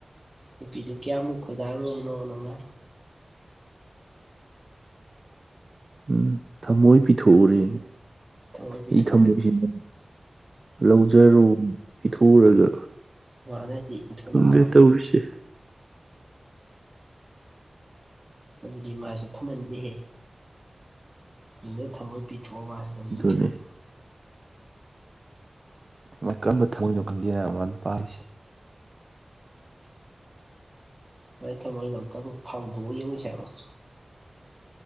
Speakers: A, on the right; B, on the right.
A: ꯅꯨꯄꯤꯗꯨ ꯀꯌꯥꯃꯨꯛ ꯈꯣꯏꯗꯥꯔꯨꯔꯕꯅꯣ ꯅꯪꯅ
B: ꯎꯝ ꯊꯃꯣꯏ ꯄꯤꯊꯣꯛꯎꯔꯦꯅꯦ
A: ꯊꯃꯣꯏ ꯄꯤꯊꯣꯛꯎꯔꯦ
B: ꯑꯩ ꯊꯝꯃꯣꯏꯁꯤ ꯅꯪ ꯂꯧꯖꯔꯣ ꯄꯤꯊꯣꯛꯎꯔꯅꯣ
A: ꯃꯥꯅꯗꯤ ꯏꯟꯊꯣꯂꯛꯑꯕ
B: ꯈꯪꯗꯦ ꯇꯧꯔꯤꯁꯦ
A: ꯑꯗꯨꯗꯤ ꯃꯥꯁꯨ ꯐꯃꯟꯗꯦꯍꯦ ꯃꯤꯅ ꯊꯝꯃꯣꯏ ꯄꯤꯊꯣꯛꯑ ꯃꯥꯁꯨ ꯂꯧꯁꯤꯟꯗ꯭ꯔꯗꯤ
B: ꯑꯗꯨꯅꯦ ꯚꯥꯢ ꯀꯔꯝꯕ ꯊꯃꯣꯏꯅꯣ ꯈꯪꯗꯦ ꯍꯥꯢꯕ ꯃꯥꯅ ꯄꯥꯜꯂꯤꯁꯤ
A: ꯃꯥꯏ ꯊꯝꯃꯣꯏꯗꯣ ꯑꯝꯇꯪ ꯐꯥꯎꯗꯣꯛꯑꯒ ꯌꯦꯡꯉꯨꯁꯦ ꯍꯥꯏꯕꯔꯣ